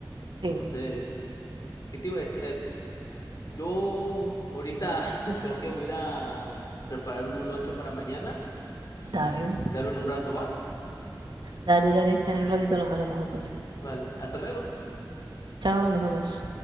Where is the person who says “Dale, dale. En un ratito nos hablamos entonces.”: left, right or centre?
Right